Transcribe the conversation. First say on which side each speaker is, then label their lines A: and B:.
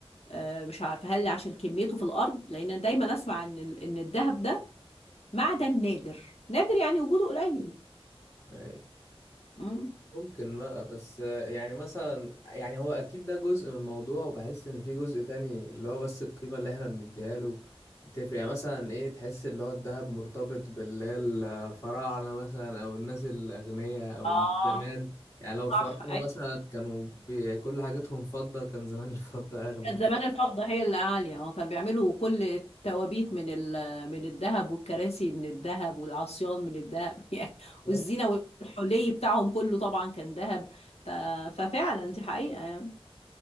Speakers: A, on the left; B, on the left.
A: آه مش عارفه هل عشان كميته في الارض لان دايما اسمع ان ال- ان الذهب ده معدن نادر نادر يعني وجوده قليل
B: أيوة.
A: امم
B: ممكن بقى بس يعني مثلا يعني هو اكيد ده جزء من الموضوع وبحس ان في جزء تاني اللي هو بس القيمة اللي احنا بنديها له بتفرق يعني مثلا ايه تحس اللي هو الذهب مرتبط باللي هي الفراعنة مثلا او الناس الاغنياء او
A: اه
B: من زمان يعني لو الفراعنة
A: صح
B: مثلا كانوا بي- كل حاجتهم فضة كان زمان <laughs> الفضة اغلى
A: كان زمان الفضة هي اللي عالية اه كانوا بيعملوا كل التوابيت من ال... من الذهب والكراسي من الذهب والعصيان من الذهب <laughs> يعني
B: بالظبط.
A: والزينة والحلي بتاعهم كله طبعا كان ذهب ف... ففعلا دي حقيقة يعني